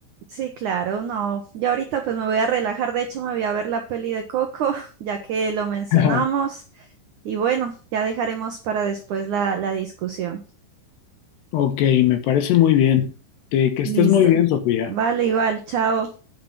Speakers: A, on the right; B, on the left.
A: Sí, claro, no. Ya ahorita pues me voy a relajar, de hecho me voy a ver la peli de Coco, <laughs> ya que lo mencionamos.
B: <laughs>
A: Y bueno, ya dejaremos para después la, la discusión.
B: Ok, me parece muy bien. Te- que
A: Listo.
B: estés muy bien, Sofía.
A: Vale, igual, chao.